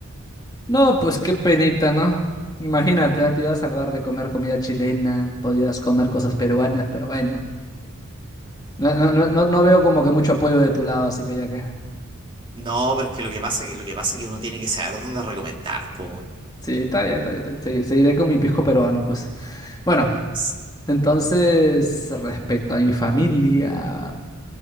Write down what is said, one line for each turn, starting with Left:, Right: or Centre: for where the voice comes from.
Left: No, pues qué penita, ¿no? Imagínate, ah, te iba a salvar de comer comida chilena, podías comer cosas peruanas, pero bueno. No, no, no, no no veo como que mucho apoyo de tu lado, así que ya que.
Right: No, pero es que lo que pasa, que- lo que pasa es que uno tiene que saber dónde recomendar, po.
Left: Sí, está bien, está bien, está bien. Sí, Seguiré con mi pisco peruano, pues. Bueno,
Right: S-
Left: entonces, respecto a mi familia,